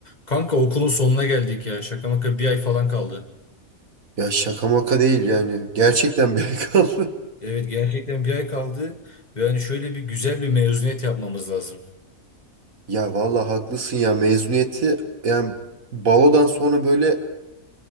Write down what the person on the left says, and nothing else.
Kanka okulun sonuna geldik ya. Şaka maka bir ay falan kaldı.
Evet gerçekten bir ay kaldı. Ve hani şöyle bir güzel bir mezuniyet yapmamız lazım. <laughs>